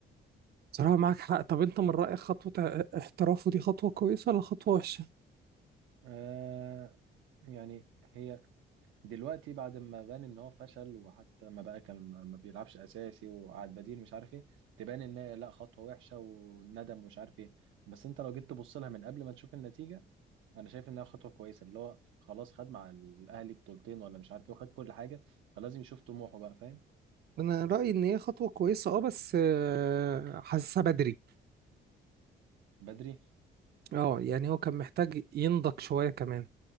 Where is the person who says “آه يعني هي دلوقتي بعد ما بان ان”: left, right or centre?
Right